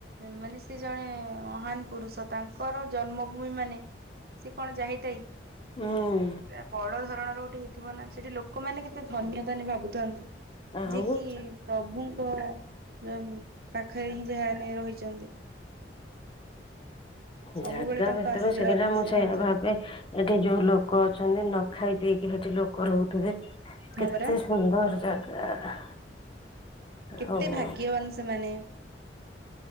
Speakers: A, on the right; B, on the left.
A: ମାନେ ସେ ଜଣେ ମହାନ ପୁରୁଷ ତାଙ୍କର ଜନ୍ମଭୂମି ମାନେ ସେ କଣ ଯାହୀଥାଇ
B: ହୁଁ
A: ବଡ ଧରଣର ଗୋଟେ ହେଇ ଥିବ ନା, ସେଠି ଲୋକମାନେ କେତେ ଧନ୍ୟ ତାହେନେ ଭାବୁଥାନ୍ତୁ।
B: ଆଉ
A: କି ପ୍ରଭୁଙ୍କ ଯ ପାଖରେ ହିଁ ଯାହାନେ ରହିଛନ୍ତି। ସବୁବେଳେ
B: ଜାଗା
A: ତାଙ୍କ
B: ଭିତରୁ
A: ଆଶୀର୍ବାଦରେ
B: ସେଇଟା ମୁଁ
A: ସେ
B: ସେଇଆ
A: ରହିଥିବେ
B: ଭାବେ ଏଠି ଯୋଉ ଲୋକ ଅଛନ୍ତି ନ ଖାଇ ପିଇକି ହେଠି ଲୋକ ରହୁଥିବେ। କେତେ
A: ହଁ ପରା।
B: ସୁନ୍ଦର ଜାଗା।
A: କେତେ
B: ହଉ
A: ଭାଗ୍ୟବାନ ସେମାନେ।